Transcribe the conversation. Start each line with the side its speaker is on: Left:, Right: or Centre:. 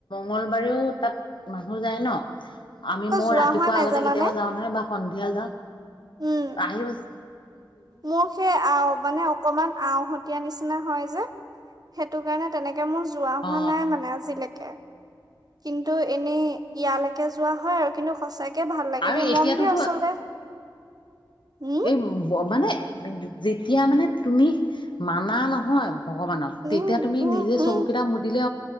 Left: মঙ্লবাৰেও তাত মানুহ যায় ন আমি
Right: আকৌ
Left: মই
Right: যোৱা
Left: ৰাতিপুৱা
Right: হোৱা নাই
Left: আগতে
Right: জানানে
Left: কেতিয়াবা যাওঁ নহয় বা সন্ধিয়া যাওঁ
Right: উম
Left: আহি মছ
Right: মোৰ সেই আ মানে অকমান আউহতীয়া নিচিনা হয় যে সেইটো কাৰণে তেনেকে ে মোৰ যোৱা
Left: অ
Right: হোৱা নাই মানে আজিলৈকে কিন্তু এনেই ইয়ালৈকে যোৱা হয় আৰু কিন্তু সচাকে তে ভাল লাগে
Left: আৰু
Right: দেই
Left: এতিয়াতোতো
Right: মন্দিৰ আচলতে উম
Left: এই মানে উ যেতিয়া মানে তুমি মানা নহয় ভগৱানত তেতিয়া
Right: উম
Left: তুমি
Right: উম
Left: নিজে
Right: উম
Left: চকুকেইটা মুদিলে